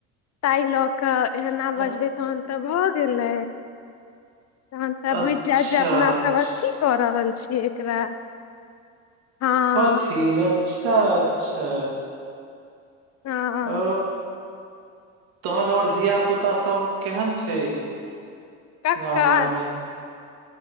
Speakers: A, on the left (about 40°); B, on the right (about 60°).
A: ताहि लऽ कऽ एना
B: अ-
A: बजबय तहन तऽ भऽ गेलय तहन तऽ
B: अच्छा
A: बुझि जायत जे अपना
B: अच्छा
A: सब की कऽ रहल छीयै एकरा हँ
B: कथी अच्छा अच्छा
A: हँ
B: ओ तहन आओर धिया पुता सब केहन छैक
A: ककर
B: गाँव घरमे